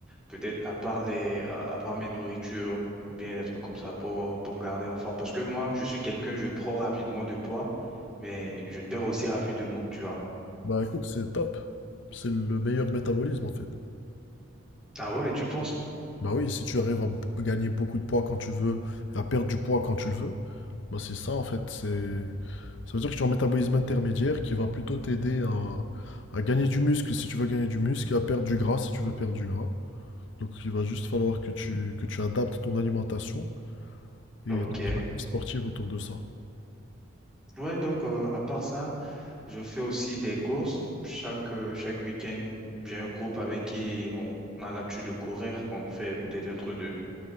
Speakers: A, in the centre; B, on the left.
A: peut-être à part les, à à part mes nourritures ou bien des trucs comme ça pour, euh, pour garder en forme? Parce que moi, je suis quelqu'un, je prends rapidement de poids, mais je perds aussi rapidement, tu vois.
B: Bah écoute, c'est top. C'est le meilleur métabolisme, en fait.
A: Ah ouais, tu penses?
B: Bah oui, si tu arrives à b- gagner beaucoup de poids quand tu veux et à perdre du poids quand tu le veux, bah c'est ça en fait. C'est... Ça veut dire que tu as un métabolisme intermédiaire qui va plutôt t'aider à, à gagner du muscle si tu veux gagner du muscle et à perdre du gras si tu veux perdre du gras. Donc il va juste falloir que tu, que tu adaptes ton alimentation et
A: Ok.
B: ton pratique sportive autour de ça.
A: Ouais, donc euh, à part ça, je fais aussi des courses. Chaque, euh, chaque week-end, j'ai un groupe avec qui on a l'habitude de courir. On fait peut-être un truc de